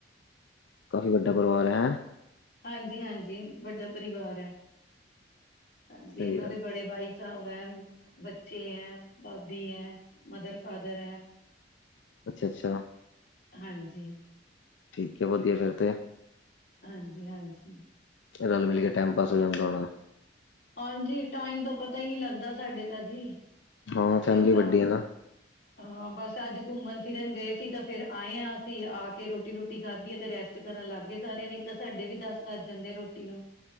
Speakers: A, on the left; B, on the left.
A: ਕਾਫ਼ੀ ਵੱਡਾ ਪਰਿਵਾਰ ਹੈਂ?
B: ਹਾਂਜੀ-ਹਾਂਜੀ ਵੱਡਾ ਪਰਿਵਾਰ ਐ, ਹਾਂਜੀ,
A: ਸਹੀ
B: ਏਹਨਾਂ
A: ਗੱਲ,
B: ਦੇ ਬੜੇ ਭਾਈ ਸਬ ਐਂ, ਬੱਚੇ ਐ ਭਾਬੀ ਐ, ਮਦਰ ਫਾਦਰ ਐ।
A: ਅੱਛਾ-ਅੱਛਾ।
B: ਹਾਂਜੀ।
A: ਠੀਕੈ, ਵਧੀਆ ਏ ਫਿਰ ਤੇ।
B: ਹਾਂਜੀ-ਹਾਂਜੀ।
A: ਰਲ ਮਿਲ ਕੇ ਟੈਮ ਪਾਸ ਹੋ ਜਾਂਦਾ ਹੋਣਾ।
B: ਹਾਂਜੀ ਟਾਈਮ ਦਾ ਪਤਾ ਈ ਨੀ ਲੱਗਦਾ ਸਾਡੇ ਤਾਂ ਜੀ।
A: ਹਾਂ ਫੈਮਿਲੀ
B: ਇਹ ਤਾਂ
A: ਵੱਡੀ ਐ ਨਾ।
B: ਹਾਂ, ਬਸ ਅੱਜ ਘੁੰਮਣ ਫਿਰਨ ਗਏ ਸੀ ਤਾਂ ਫਿਰ ਆਂਏ ਆਂ ਅਸੀਂ, ਆ ਕੇ ਰੋਟੀ ਰੂਟੀ ਖਾਧੀ ਏ ਤੇ ਰੈਸ ਟ ਕਰਨ ਲੱਗ ਗਏ ਸਾਰੇ ਨੀ ਤਾਂ ਸਾਡੇ ਵੀ ਦਸ ਵੱਜ ਜਾਂਦੇ ਰੋਟੀ ਨੂੰ।